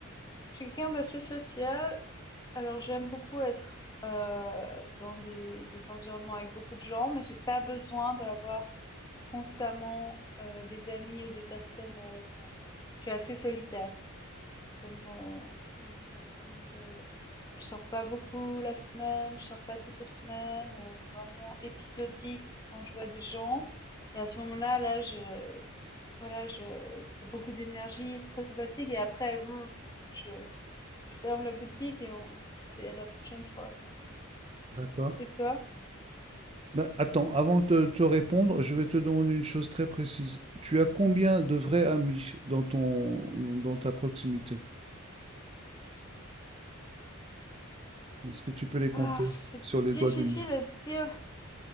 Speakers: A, on the left; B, on the right.
A: Je suis quelqu'un d'assez social, alors j'aime beaucoup être euh, dans des, des environnements avec beaucoup de gens, mais j'ai pas besoin d'avoir s- constamment euh, des amis ou des personnes avec moi. Je suis assez solitaire comme euh, comme personne. Je je sors pas beaucoup la semaine, je sors pas toute la semaine. euh, c'est vraiment épisodique quand je vois des gens. Et à ce moment-là, là, je voilà, je, c'est beaucoup d'énergie, c'est très fatigue et après, brr, je, je ferme la boutique et on, c'est la prochaine fois, quoi.
B: D'accord.
A: Et toi?
B: Bah, attends, avant de te te répondre, je vais te demander une chose très précise. Tu as combien de vrais amis dans ton, dans ta proximité? Est-ce que tu peux les compter
A: Ah, c'est
B: sur les doigts
A: difficile
B: d'une
A: à dire.